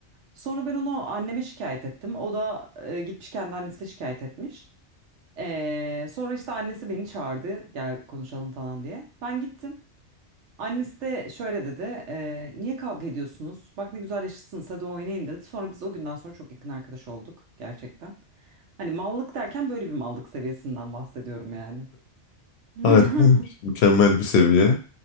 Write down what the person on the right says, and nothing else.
Sonra ben onu anneme şikayet ettim. O da e, gitmiş kendi annesine şikayet etmiş. Ee, sonra işte annesi beni çağırdı. Gel konuşalım falan diye. Ben gittim. Annesi de şöyle dedi. "Ee, niye kavga ediyorsunuz? Bak ne güzel yaşıtsınız hadi oynayın dedi. Sonra biz o günden sonra çok yakın arkadaş olduk gerçekten. Hani mallık derken böyle bir mallık seviyesinden bahsediyorum yani. <laughs>